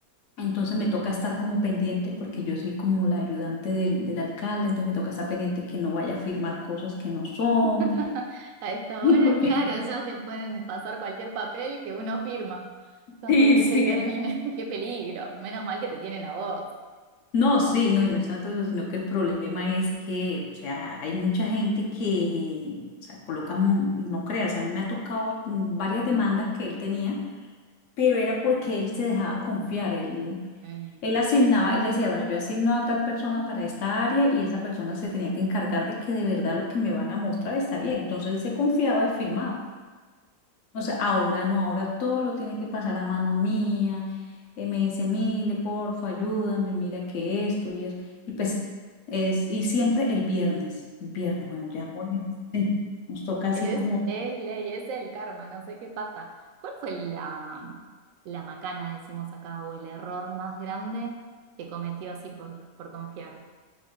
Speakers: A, on the left; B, on the right.
A: Entonces me toca estar como pendiente porque yo soy como la ayudante del, del alcalde, entonces me toca estar pendiente que no vaya a firmar cosas que no son.
B: <laughs> A esta hora,
A: <laughs> Porque
B: claro, ya te pueden pasar cualquier papel que uno firma, con
A: Sí,
B: tal que
A: sí.
B: se termine. <laughs> ¡Qué peligro! Menos mal que te tienen a vos.
A: No, sí, no, y no está todo eso, sino que el problema es que, o sea, hay mucha gente que, o sea, colocan, no creas, a mí me ha tocado mm, varias demandas que él tenía, pero era porque él se dejaba confiar, él,
B: Mm.
A: él asignaba, él decía, bueno, yo asigno a tal persona para esta área y esa persona se tenía que encargar de que de verdad lo que me van a mostrar está bien, entonces él se confiaba y firmaba. O sea, ahora no, ahora todo lo tiene que pasar a mano mía. eh, me dice, Mile, porfa, ayúdame, mira que esto y eso. Y pues es, y siempre el viernes, el viernes, bueno, ya, jueves, sí, nos toca así
B: Es,
A: como...
B: es ley, es el karma, no sé qué pasa. ¿Cuál fue la, la macana, decimos acá, o el error más grande que cometió así por, por confiar?